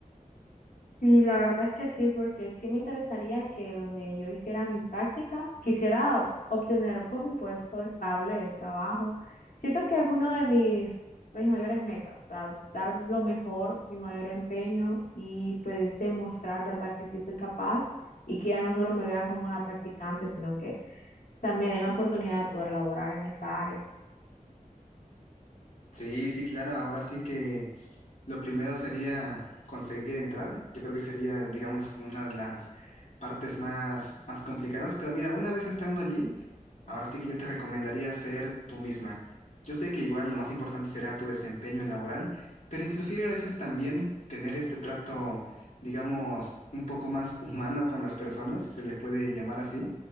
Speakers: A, on the left; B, on the left.
A: Sí, la verdad es que sí, porque sí me interesaría que donde yo hiciera mi práctica, quisiera obtener pues un puesto estable de trabajo. Siento que es uno de mis, mis mayores metas, o sea, dar lo mejor, mi mayor empeño y pues demostrar, ¿verdad?, que sí soy capaz y que ya no solo me vean como una practicante, sino que, o sea, me den la oportunidad de poder laborar en esa área.
B: Sí, sí, claro. Ahora sí que lo primero sería conseguir entrar. Yo creo que sería, digamos, una de las partes más, más complicadas. Pero mira, una vez estando allí, Ahora sí que yo te recomendaría ser tú misma. Yo sé que igual lo más importante será tu desempeño laboral, pero inclusive a veces también tener este trato, digamos, un poco más humano con las personas, si se le puede llamar así,